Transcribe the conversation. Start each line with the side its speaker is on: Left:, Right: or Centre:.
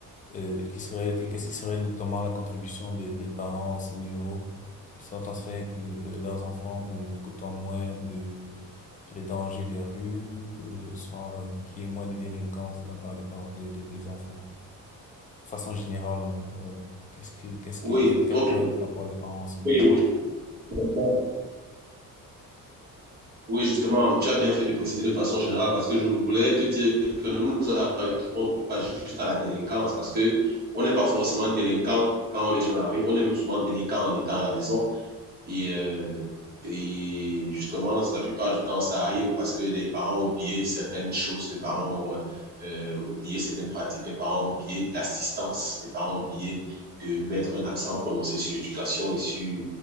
Left: euh, qui serait, que- qu'est-ce qui serait notamment la contribution des des parents à ce niveau, de sorte à ce faire que euh, leurs enfants euh, côtoient moins euh, les dangers des rues, euh, soit euh, qu'il y ait moins de délinquance de la part des parents, des, des, des enfants. De façon générale, euh, euh, qu'est-ce que, qu'est-ce
Right: Oui,
Left: que, quel, quel
Right: ok.
Left: pourrait être l'apport des parents à ce niveau?
Right: Oui, oui, justement. Oui, justement, tu as bien fait de préciser de façon générale parce que je voulais te dire que nous ne nous arrêtons pas juste à la délinquance parce que on n'est pas forcément délinquant quand on est dans la rue, on est même souvent délinquant en étant à la maison. Et, euh, et justement, la plupart du temps, ça arrive parce que les parents ont oublié certaines choses, les parents ont euh, euh, oublié certaines pratiques, les parents ont oublié de l'assistance, les parents ont oublié de mettre un accent prononcé sur l'éducation et sur